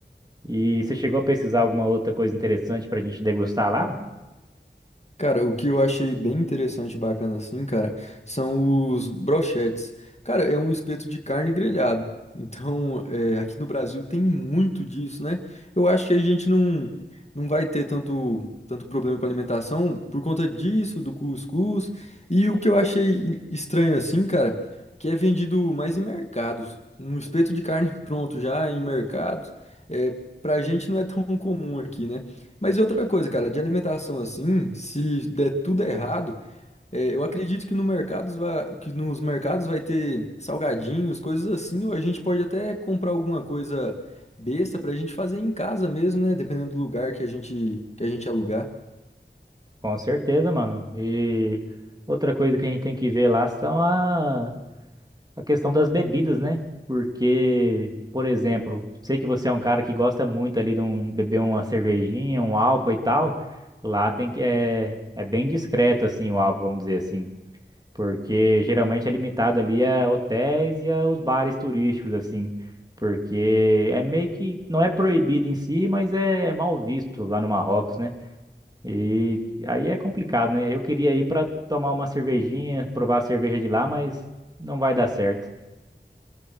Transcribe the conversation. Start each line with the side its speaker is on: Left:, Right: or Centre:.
Right: E você chegou a pesquisar alguma outra coisa interessante pra gente degustar lá, mano?
Left: Cara, o que eu achei bem interessante e bacana assim, cara, são os brochetes. Cara, é um espeto de carne grelhado. Então, <laughs> é, aqui no Brasil tem muito disso, né? Eu acho que a gente não, não vai ter tanto, tanto problema com alimentação por conta disso, do cuscuz. E o que eu achei en- estranho assim, cara, que é vendido mais em mercados. Um espeto de carne <laughs> pronto já em mercados. É, pra gente não é tão comum aqui, né? Mas e outra coisa, cara, de alimentação assim, se der tudo errado, é, eu acredito que, no mercados va- que nos mercados vai ter salgadinhos, coisas assim, ou a gente pode até comprar alguma coisa besta pra gente fazer em casa mesmo, né? Dependendo do lugar que a gente, que a gente alugar.
Right: Com certeza, mano. E outra coisa que a gente tem que ver lá são a, a questão das bebidas, né? Porque, por exemplo, sei que você é um cara que gosta muito ali de um, beber uma cervejinha, um álcool e tal. Lá tem que é, é bem discreto assim o álcool, vamos dizer assim, porque geralmente é limitado ali a hotéis e aos bares turísticos assim, porque é meio que não é proibido em si, mas é, é mal visto lá no Marrocos, né? E aí é complicado, né? Eu queria ir para tomar uma cervejinha, provar a cerveja de lá, mas não vai dar certo.